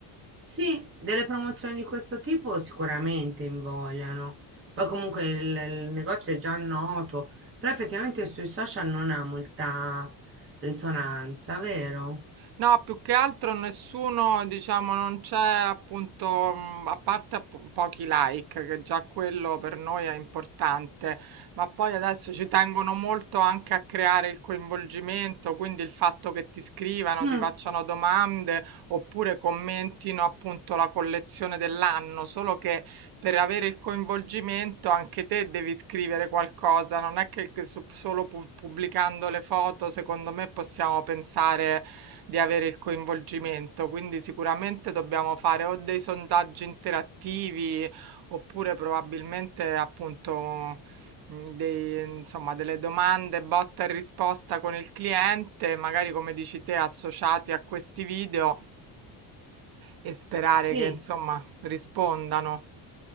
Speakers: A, on the right (about 25°); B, on the right (about 50°).
A: Sì, delle promozioni di questo tipo sicuramente invogliano. Poi comunque il, il negozio è già noto, però effettivamente sui social non ha molta risonanza, vero?
B: No, più che altro nessuno, diciamo, non c'è appunto, mh, a parte appu- pochi like, che già quello per noi è importante, ma poi adesso ci tengono molto anche a creare il coinvolgimento, quindi il fatto che ti scrivano,
A: Mm,
B: ti facciano domande oppure commentino appunto la collezione dell'anno, solo che per avere il coinvolgimento anche te devi scrivere qualcosa, non è che che so- solo pu- pubblicando le foto, secondo me possiamo pensare di avere il coinvolgimento, quindi sicuramente dobbiamo fare o dei sondaggi interattivi oppure probabilmente appunto mh, dei- insomma, delle domande botta e risposta con il cliente, magari come dici te, associati a questi video e sperare
A: sì.
B: che insomma rispondano.